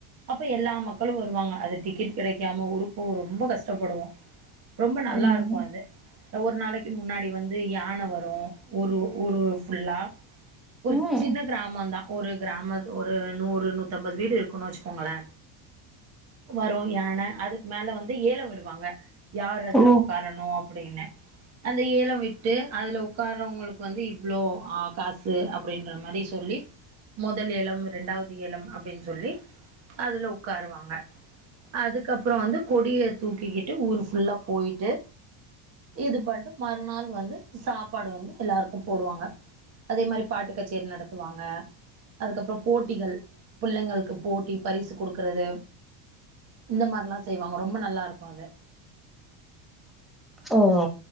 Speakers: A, on the right; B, in the centre.
A: அப்ப எல்லா மக்களு வருவாங்க அது டிக்கெட் கெடைக்காம ஊர்க்கு போவ ரொம்ப கஷ்டப்படுவோ ரொம்ப நல்லாருக்கும்
B: ம்.
A: அது ஒர் நாளைக்கு முன்னாடி வந்து யான வரும் ஒரு ஊரு ஃபுல்லா
B: ம்.
A: ஒரு சின்ன கிராமோந்தா ஒரு கிராமத் ஒரு நூறு நூத்தம்பது வீடு இருக்குன் வெச்சுக்கோங்ளே வரும் யான அதுக்கு மேல வந்து ஏலோ விடுவாங்க யார் அதுல
B: ஓ!
A: உக்காரணு அப்புடீன்னு அந்த ஏலோ விட்டு அதுல உக்காரவங்ளுக் வந்து இவ்ளோ அ காசு அப்டின்ற மாரி சொல்லி மொதல் எ லம் ரெண்டாவது ஏலம் அப்டின்னு சொல்லி அதுல உக்காருவாங்க அதுக் கப்றோ வந்து கொடிய தூக்கிக்கிட்டு ஊர் ஃபுல்லா போய்ட்டு இது பான்ட்டு மறுநாள் வந்து சாப்பாடு வந்து எல்லார்க்கு போடுவாங்க அதே மாரி பாட்டுக் கச்சேரி நடத்துவாங்க அதுக்கப்றோ போட்டிகள் பிள்ளைங்கள்க்கு போட்டி பரிசு குடுக்கறது இந்த மார்லா செய்வாங்க ரொம்ப நல்லாருக்கும் அது
B: ஒ ஓ